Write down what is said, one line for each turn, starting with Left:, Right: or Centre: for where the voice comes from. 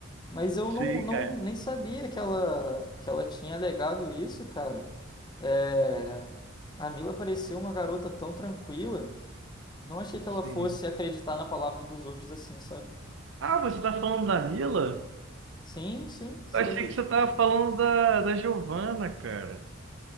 Left: Mas eu
Right: Sim,
Left: não, não
Right: cara.
Left: nem sabia que ela, que ela tinha alegado isso, cara. É, a Mila parecia uma garota tão tranquila. Não achei que ela
Right: Sim.
Left: fosse acreditar na palavra dos outros assim, sabe?
Right: Ah, você tá falando da Mila?
Left: Sim, sim. cês-
Right: Eu achei que você tava falando da, da Giovana, cara.